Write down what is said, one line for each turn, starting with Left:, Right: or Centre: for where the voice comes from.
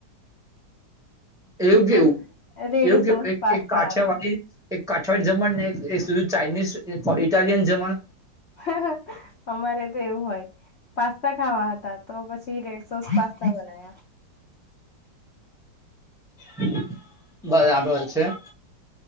Centre: એવું
Left: એ
Centre: કેવું
Left: પણ રેડ
Centre: એવું કેવું
Left: સોસ પાસ્તા
Centre: એક કાઠિયા
Left: હતા.
Centre: વાળડી એક કાઠવાડ જમણ નેીધું ચાઇનીઝ ઇટાલિયન જમણ
Left: હ અમારે તો એવું હોય પાસ્તા ખાવા હતા તો પછી રેડ સોસતા કઈ બનાયા
Centre: હ <inaudible> આવેલ છે <unintelligible>